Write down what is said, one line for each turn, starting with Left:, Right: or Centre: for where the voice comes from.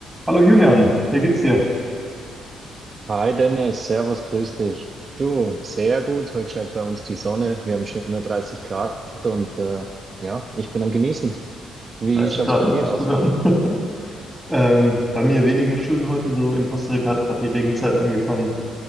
Centre: Hallo Julian, wie geht's dir?
Right: Hi Dennis, Servus, grüß dich. Du, sehr gut. Heute scheint bei uns die Sonne. Wir haben schöne 30 Grad und äh, ja, ich bin am Genießen. Wie
Centre: 30
Right: schaut's
Centre: Grad
Right: bei
Centre: hört
Right: dir
Centre: sich gut
Right: aus?
Centre: an. <laughs> Ähm, bei mir weniger schön heute so. In Costa Rica hat gerade die Regenzeit angefangen.